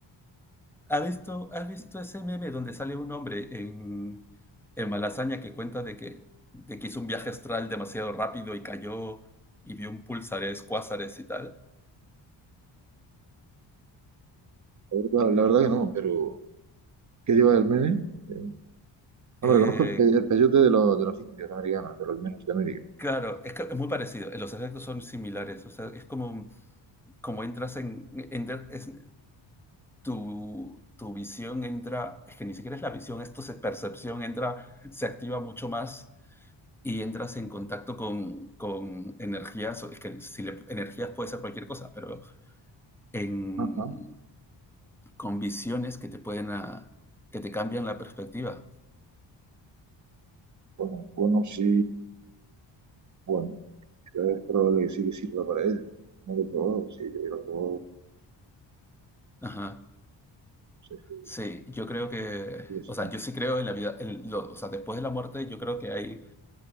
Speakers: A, in the centre; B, on the right.
A: ¿Has visto, has visto ese meme donde sale un hombre en, en Malasaña que cuenta de que, de que hizo un viaje astral demasiado rápido y cayó y vio un pulsares, cuásares y tal?
B: La verdad, la verdad que no, pero ¿qué lleva el meme? Eh, hombre,
A: Eh,
B: conozco el, pe- el peyote de, los de los indios americanos, de los menos de América.
A: claro, es, que es muy parecido. Los efectos son similares. O sea, es como, como entras en, en- es- tu, tu visión entra, es que ni siquiera es la visión, esto es percepción entra, se activa mucho más y entras en contacto con, con energías, es que si le- energías puede ser cualquier cosa, pero en,
B: Ajá.
A: con visiones que te pueden, a- que te cambian la perspectiva.
B: Bueno, bueno, sí. Bueno, es probable que sí que sirva para ello. No lo he probado, sí que lo he probado.
A: Ajá.
B: No sé si
A: Sí, yo creo que,
B: si es
A: o sea,
B: una
A: yo sí creo en la vida, en lo- o sea, después de la muerte yo creo que hay,